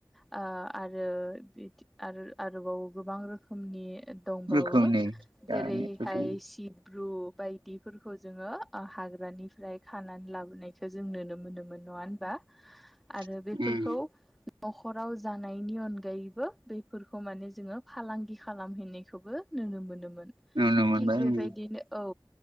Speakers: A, in the centre; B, on the right (about 80°).
A: आरो आरोबाव गोबां रोखोमनि दंबावो
B: रोखोमनि जानायफोर
A: जेरैहाय
B: दं
A: सि सिब्रु बायदिफोरखौ जोङो हाग्रानिफ्राय खानानै लाबोनायखौ जों नुनो मोनोमोन नङा होनबा?
B: <inaudible>
A: आरो बेफोरखौ
B: उम
A: न'खराव जानायनि अनगायैबो बेफोरखौ माने जोङो फालांगि खालामहैनायखौबो नुनो मोनोमोन
B: नुनो मोनबाय
A: थिग
B: आं उम
A: बेबायदिनो औ